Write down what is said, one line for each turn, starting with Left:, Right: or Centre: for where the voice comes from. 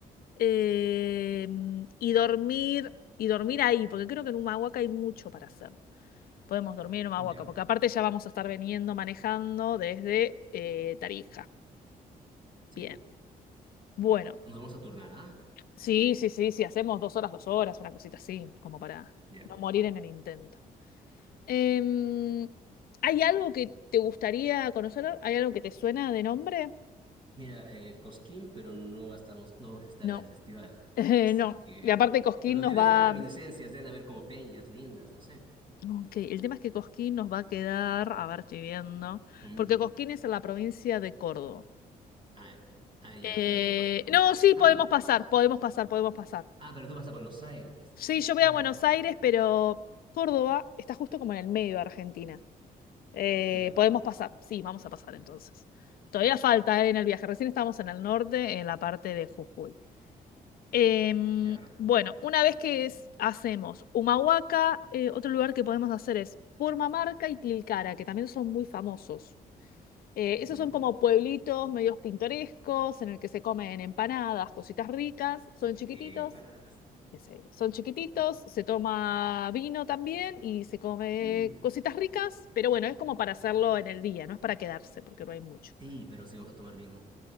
Left: y dormir, y dormir ahí, porque creo que en Humahuaca hay mucho para hacer. podemos dormir en Humahuaca,
Right: ya,
Left: porque aparte ya vamos a estar veniendo manejando desde eh, Tarija.
Right: sí.
Left: Bien. Bueno,
Right: Nos vamos a turnar, ¿ah?
Left: sí, sí, sí, sí, hacemos dos horas, dos horas, una cosita así, como para
Right: Ya.
Left: no morir en el intento. Em, ¿hay algo que te gustaría conocer? ¿Hay algo que te suena de nombre?
Right: Mira, eh, Cosquín, pero no estamos, no vamos a estar
Left: No,
Right: en el festival.
Left: <laughs> Eh,
Right: Así
Left: no.
Right: que.
Left: Y aparte Cosquín
Right: Pero
Left: nos
Right: debe
Left: va...
Right: de haber reminiscencias, deben haber como peñas lindas, no sé.
Left: Ok, el tema es que Cosquín nos va a quedar, a ver, estoy viendo,
Right: Mm,
Left: porque Cosquín es en la provincia de Córdoba.
Right: Ah, ah, ya,
Left: Eh,
Right: pero baj- como
Left: no,
Right: bajando,
Left: sí, podemos pasar,
Right: pues.
Left: podemos pasar, podemos pasar.
Right: Ah, pero tú vas a Buenos Aires, estoy.
Left: Sí, yo voy
Right: Ah,
Left: a Buenos
Right: ujú.
Left: Aires, pero Córdoba está justo como en el medio de Argentina. Eh,
Right: ya,
Left: podemos pasar, sí, vamos a pasar entonces. Todavía falta, eh, en el viaje, recién estamos en el norte, en la parte de Jujuy. Em,
Right: ya.
Left: bueno, una vez que es- hacemos Humahuaca, eh, otro lugar que podemos hacer es Purmamarca y Tilcara, que también son muy famosos. Eh,
Right: ujú.
Left: esos son como pueblitos medios pintorescos en el que se comen empanadas, cositas ricas, son chiquititos,
Right: Eh, empanadas.
Left: qué sé yo, son chiquititos, se toma vino también y se come
Right: Mm.
Left: cositas ricas, pero bueno, es como para hacerlo en el día, no es para quedarse, porque no hay mucho.
Right: Ey, pero si vamos a tomar vino,